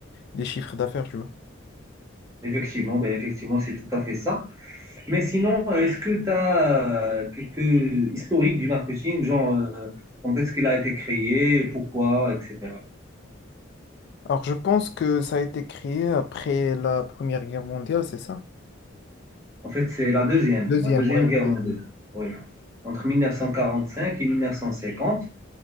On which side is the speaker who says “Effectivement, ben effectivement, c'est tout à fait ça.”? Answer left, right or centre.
Right